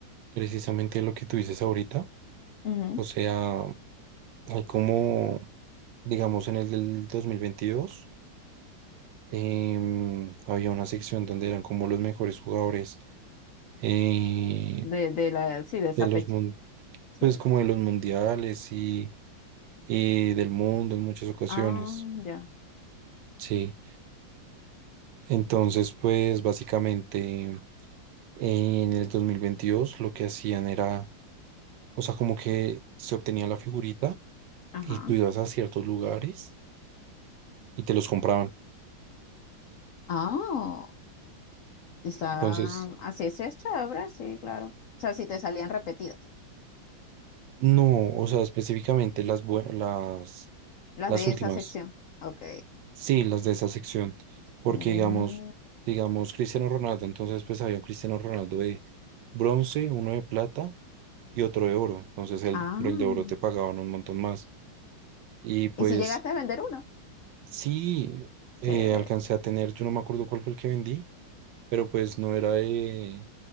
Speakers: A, on the right; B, on the left.
A: precisamente lo que tú dices ahorita,
B: Ujú.
A: o sea, hay como, digamos, en el del 2022, em, había una sección donde eran como los mejores jugadores eh,
B: De, de la, sí, de esa
A: de los,
B: fecha.
A: mun-
B: Sí.
A: pues, como de los mundiales y y del mundo en muchas ocasiones,
B: Ah, ya.
A: sí. Entonces, pues básicamente en el 2022 lo que hacían era, o sea, como que se obtenía la figurita
B: Ajá.
A: y tú ibas a ciertos lugares y te los compraban.
B: Ah, está.
A: Entonces,
B: Así es, es chévere, sí, claro. O sea, si te salían repetidas.
A: no, o sea, específicamente las, bue- las,
B: Las
A: las
B: de
A: últimas,
B: esa sección. Ok.
A: sí, las de esa sección, porque
B: Mm,
A: digamos, digamos Cristiano Ronaldo, entonces pues había un Cristiano Ronaldo de bronce, uno de plata y otro de oro. Entonces el,
B: Ah.
A: pero el de oro te pagaban un montón más. Y pues
B: ¿Y si llegaste a vender uno?
A: sí, eh,
B: Chévere.
A: alcancé a tener, yo no me acuerdo cuál fue el que vendí, pero pues no era de,